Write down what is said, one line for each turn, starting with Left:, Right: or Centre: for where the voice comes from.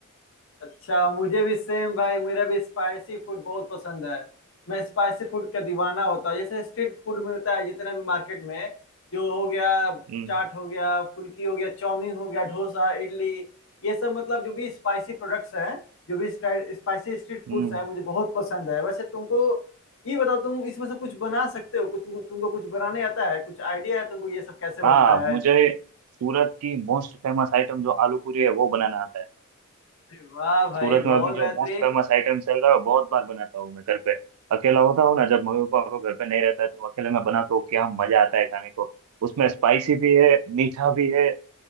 Left: अच्छा मुझे भी सेम भाई मेरा भी स्पाइसी फूड बहुत पसंद है मैं स्पाइसी फूड का दीवाना होता हूँ जैसे स्ट्रीट फूड मिलता है जितना भी मार्केट में जो हो गया
Right: हम्म
Left: चाट हो गया फुल्की हो गया चाउमीन हो गया डोसा इडली ये सब मतलब जो भी स्पाइसी प्रोडक्ट्स हैं जो भी स्पाइसी स्ट्रीट फूड्स
Right: हम्म
Left: हैं मुझे बहुत पसंद है वैसे तुमको ये बताओ तुम इसमें से कुछ बना सकते हो कुछ तुमको कुछ बनाने आता है कुछ आइडिया है तुमको ये सब कैसे बनता
Right: हाँ
Left: है
Right: मुझे सूरत की मोस्ट फेमस आइटम जो आलू पूरी है वो बनाना आता है
Left: अरे वाह भाई
Right: सूरत में
Left: बहुत
Right: अभी जो
Left: बेहतरीन
Right: मोस्ट फेमस आइटम चल रहा है वो बहुत बार बनाता हूँ मैं घर पे अकेला होता हूँ ना जब मम्मी पापा को घर पे नहीं रहता है तो अकेले में बनाता हूँ क्या मजा आता है खाने को उसमें स्पाइसी भी है मीठा भी है